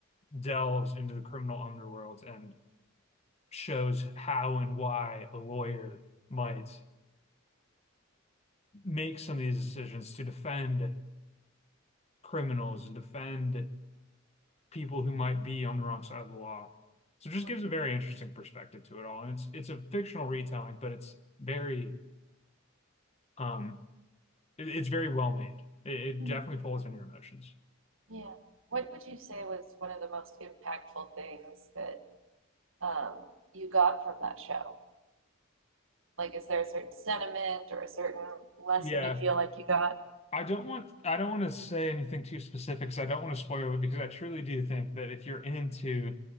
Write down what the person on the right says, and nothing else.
Mhm.
Mhm.
Yeah. What would you say was one of the most impactful things that um, you got from that show? Like, is there a certain sentiment or a certain lesson
you feel like you got?